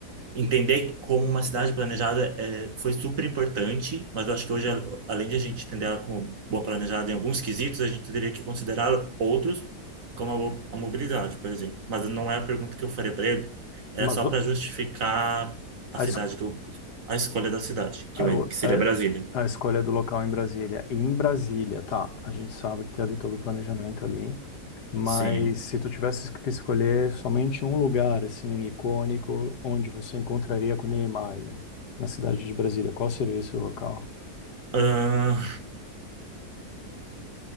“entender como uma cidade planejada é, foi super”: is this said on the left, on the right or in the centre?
Right